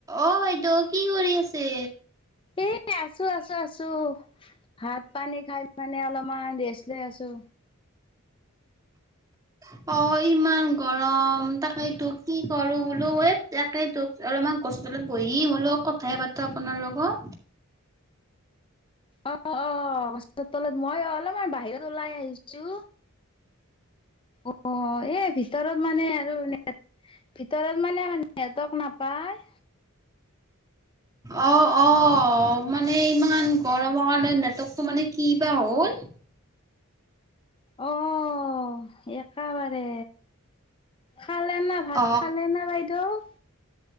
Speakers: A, on the right; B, on the left.
A: অ', বাইদেউ কি কৰি আছে।
B: এ আছো-আছো-আছো ভাত পানী খাই মানে অলপমান ৰেষ্ট লৈ আছো।
A: <inaudible> অ' ইমান গৰম তাকেইতো কি কৰো বোলো এ তাকেইতো আৰু <unintelligible> গছতলত বহি বোলো কথাই পাতো আপোনাৰ লগত।
B: অ'-অ' <unintelligible> তলত মই অলপমান বাহিৰত ওলাই আহিছো।
A: <inaudible>
B: অ', এই ভিতৰত মানে আৰু ভিতৰত মানে মা নেটৱৰ্ক নাপায়।
A: অ'-অ' মানে ইমান গৰমৰ কাৰণে, নেটকটো মানে কি বা হ' হ'ল।
B: অ' একেবাৰে। খালে না ভাত
A: অ
B: খালে না বাইদেউ।